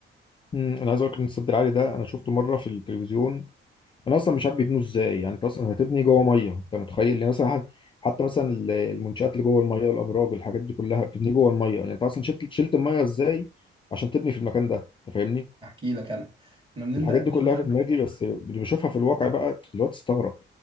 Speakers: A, on the left; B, on the right.
A: مم، انا عايز اقول لك ان السد العالي ده انا شفته مره في التلفزيون انا اصلا مش عارف بيبنوا ازاي يعني انت اصلا هتبني جوه ميه انت متخيل يعني مثلا حت- حتى مثلا ال- المنشات اللي جوه الميه الابراج الحاجات دي كلها بتبني جوه الميه يعني انت اصلا شلت شلت الميه ازاي عشان تبني في المكان ده انت فاهمني
B: احكي لك انا احنا بنبدا
A: الحاجات
B: ننزل
A: دي كلها في دماغي بس اللي بشوفها في الواقع بقى اللي هو تستغرب